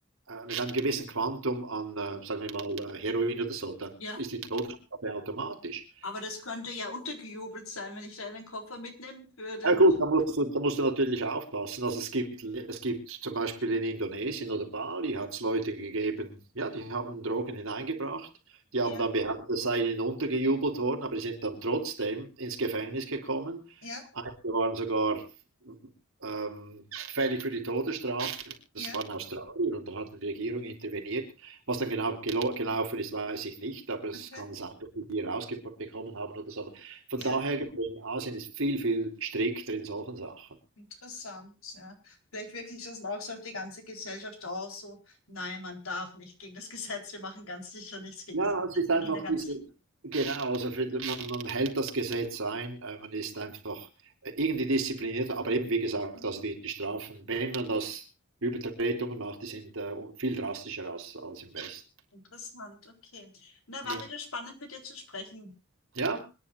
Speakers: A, on the right; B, on the left.
A: äh, mit einem gewissen Quantum an, äh, sagen wir mal, äh, Heroin oder so, dann
B: Ja,
A: ist die Todesstrafe automatisch.
B: aber das könnte ja untergejubelt sein, wenn ich da einen Koffer mitnehme für den.
A: Ja gut, da musst du, da musst du natürlich aufpassen. Also es gibt, es gibt zum Beispiel in Indonesien oder Bali hat es Leute gegeben, ja, die haben Drogen hineingebracht, die
B: Ja,
A: haben dann behauptet, es sei ihnen untergejubelt worden, aber die sind dann trotzdem ins Gefängnis gekommen.
B: ja,
A: Einige waren sogar ähm, fällig für die Todesstrafe. Das
B: ja,
A: waren Australier und da hat die Regierung interveniert. Was dann genau gelo- gelaufen ist, weiß ich nicht, aber es
B: okay.
A: kann sein, dass sie die rausbekommen haben oder so. Von
B: Ja.
A: daher gesehen, Asien ist viel, viel strikter in solchen Sachen.
B: Interessant, ja. Vielleicht wirkt sich das dann auch so auf die ganze Gesellschaft aus, so, nein, man darf nicht gegen das <laughs> Gesetz, wir machen ganz sicher nichts gegen
A: Ja,
B: das
A: es
B: Gesetz,
A: ist
B: wir
A: einfach
B: gehen da ganz
A: diese,
B: sicher.
A: genau, also für, man, man hält das Gesetz ein, äh, man ist einfach äh, irgendwie disziplinierter, aber eben wie gesagt,
B: Hm,
A: also die, die Strafen, wenn man das Übertretungen macht, die sind äh, viel drastischer als, als im Westen.
B: Interessant, okay. Na, war
A: Ja.
B: wieder spannend mit dir zu sprechen.
A: ja,